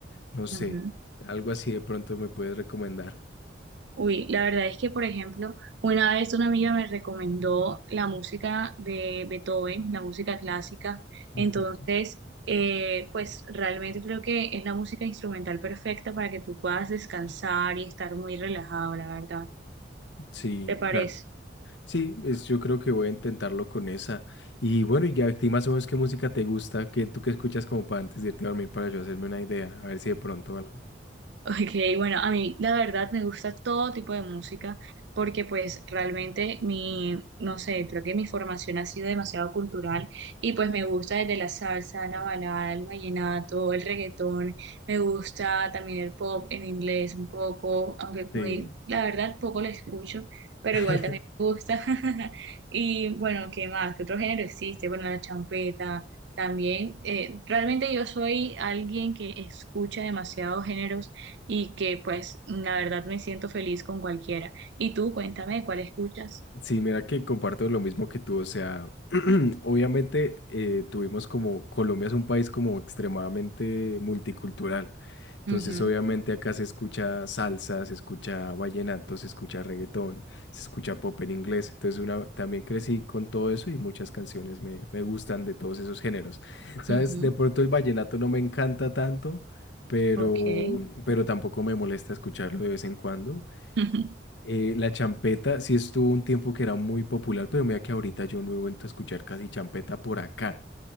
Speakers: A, on the left (about 75°); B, on the right (about 75°).
A: no sé,
B: ujú.
A: algo así de pronto me puedes recomendar.
B: Uy, la verdad es que, por ejemplo, una vez una amiga me recomendó la música de Beethoven, la música clásica.
A: Ujú.
B: Entonces, eh, pues realmente creo que es la música instrumental perfecta para que tú puedas descansar y estar muy relajado, la verdad.
A: Sí,
B: ¿Te parece?
A: claro. Sí, es- yo creo que voy a intentarlo con esa. Y bueno, y a ti más o menos qué música te gusta, que tú que escuchas como para antes de irte a dormir para yo hacerme una idea, a ver si de pronto algo.
B: Ok, bueno, a mí la verdad me gusta todo tipo de música porque pues realmente mi, no sé, creo que mi formación ha sido demasiado cultural y pues me gusta desde la salsa, la balada, el vallenato, el reggaetón, me gusta también el pop en inglés un poco, aunque
A: Sí.
B: muy, la verdad poco lo escucho, pero
A: <laughs>
B: igual también me gusta. <laughs> Y bueno, ¿qué más? ¿Qué otro género existe? Bueno, la champeta. También, eh, realmente yo soy alguien que escucha demasiados géneros y que pues la verdad me siento feliz con cualquiera. Y tú, cuéntame, ¿cuál escuchas?
A: Sí, mira que comparto lo mismo que tú, o sea, <clears throat> obviamente eh, tuvimos como, Colombia es un país como extremadamente multicultural, entonces
B: Ujú,
A: obviamente acá se escucha salsa, se escucha vallenato, se escucha reggaetón, se escucha pop en inglés, entonces una, también crecí con todo eso y muchas canciones me, me gustan de todos esos géneros. ¿Sabes?
B: ujú,
A: De pronto el vallenato no me encanta tanto, pero,
B: ok.
A: pero tampoco me molesta escucharlo de vez en cuando.
B: <laughs>
A: Eh, la champeta sí estuvo un tiempo que era muy popular, pero mira que ahorita yo no he vuelto a escuchar casi champeta por acá.